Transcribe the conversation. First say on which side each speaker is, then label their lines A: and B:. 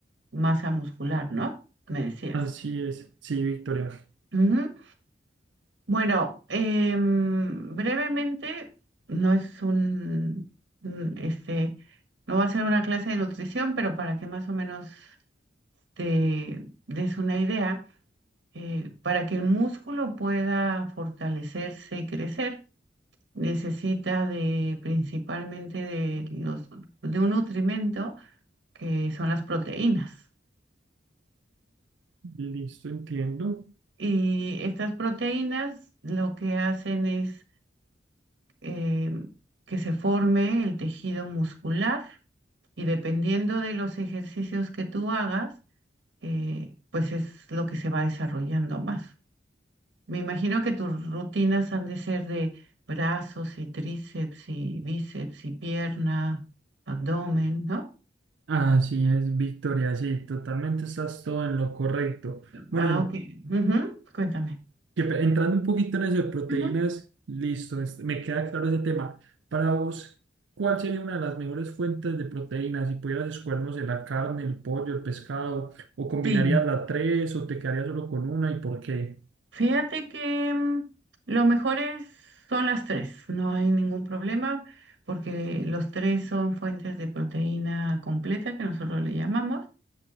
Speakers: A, on the right; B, on the right.
A: masa muscular, ¿no? Me decías.
B: así es. Sí, Victoria.
A: Ujú. Bueno, em, brevemente, no es un, un, este, no va a ser una clase de nutrición, pero para que más o menos te des una idea, eh, para que el músculo pueda fortalecerse y crecer, necesita de principalmente de los, de un nutrimento que son las proteínas.
B: Listo, entiendo.
A: Y estas proteínas lo que hacen es eh, que se forme el tejido muscular y dependiendo de los ejercicios que tú hagas, eh, pues es lo que se va desarrollando más. Me imagino que tus rutinas han de ser de brazos y tríceps y bíceps y pierna, abdomen, ¿no?
B: Así es, Victoria, sí, totalmente estás todo en lo correcto. Bueno,
A: Ah,
B: en-
A: ok. Ujú, Cuéntame.
B: que pe- entrando un poquito en eso de proteínas,
A: Ujú.
B: listo, es- me queda claro ese tema. Para vos, ¿cuál sería una de las mejores fuentes de proteínas? Si pudieras escogernos en la carne, el pollo, el pescado, o combinarías
A: Sí.
B: las tres, o te quedarías solo con una y por qué?
A: Fíjate que mm, lo mejor es- son las tres, no hay ningún problema porque los tres son fuentes de proteína completa que nosotros le llamamos.